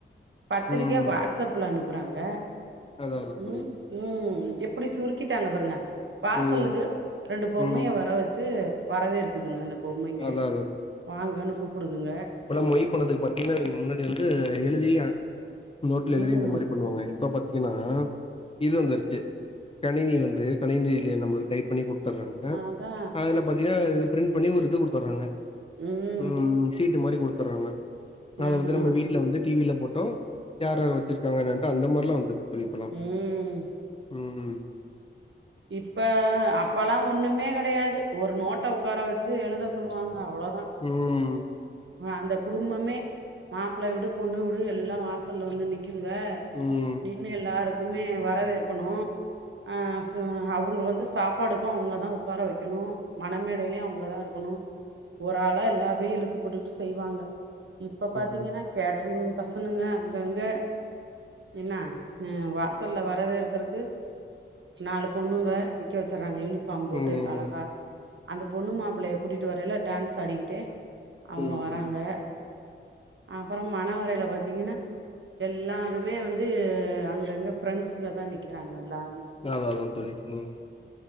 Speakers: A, on the right; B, on the left.
A: பத்திரிக்க
B: ம்
A: வாட்ஸ்ப்ல அனுப்புறாங்க
B: அதா அதா தோழி
A: உம் ம் எப்டி சுருக்கிட்டாங்க பாருங்க வாசலுக்கு
B: ம்
A: ரெண்டு பொம்மைய
B: ம்
A: வர வச்சு வரவேற்குதுங்க அந்த பொம்மைங்க
B: அதா
A: வாங்கன்னு கூப்டுதுங்க
B: இப்போல்லா மொய் பணத்துக்கு பாத்தீங்கன்னா நீங்க முன்னாடி வந்து எழுதி நோட்ல
A: ம்
B: எழுதி இந்த மாதிரி பண்ணுவாங்க இப்ப பாத்தீங்கன்னா இது வந்துருச்சு கணினி வந்து கணினில நம்ளுக்கு டைப் பண்ணி குடுத் துர்றாங்க
A: அதா
B: அதுல பாத்தீங்கன்னா பிரிண்ட் பண்ணி ஒரு இது குடுத்துர்றாங்க
A: உம்
B: ம் சீட்டு மாதிரி குடுத்துர்றாங்க அத
A: ஆமா
B: வந்து நம்ம வீட்ல வந்து டிவில போட்டோ யார் யாரு வச்சிருக்காங்க என்னன்ட்டு அந்த மாதிரில்லா வந்துருக்கு இப்பலா
A: ம்
B: உம்
A: இப்ப அப்பல்லா ஒண்ணுமே கெடையாது ஒரு நோட்ட உக்கார வச்சு எழுத சொல்லுவாங்க அவ்ளோதா
B: உம்
A: அந்த குடும்பமே மாப்ள வீடு பொண்ணு வீடு எல்லா வாசல்ல வந்து நிக்குங்க
B: ம்
A: நின்னு எல்லாருக்குமே வரவேற்கணு ஆ அவுங்க வந்து சாப்பாடுக்கு அவுங்கதா உக்கார வெக்கணு மண மேடையிலயு அவுங்கதா இருக்கணு ஒராளா எல்லாமே இழுத்து போட்டுக்கிட்டு செய்வாங்க இப்ப பாத்தீங்கன்னா
B: ம்
A: கேட்ரிங் பசனுங்க அங்கங்க இன்னா வாசல்ல வரவேற்குறக்கு நாலு பொண்ணுங்க நிக்க வச்சுர்றாங்க யூனிஃபார்ம் போட்டு
B: ம்
A: அழகா அந்த பொண்ணு மாப்ளைய கூட்டிட்டு வரயில டான்ஸ் ஆடிகிட்டே அவுங்க
B: ம்
A: வராங்க அப்பறோ மணவறையில பாத்தீங்கன்னா எல்லாருமே வந்து அங்க அங்க பிரெண்ட்ஸுங்க தா நிக்கிறாங்க எல்லா
B: தாதாதான் தோழி உம்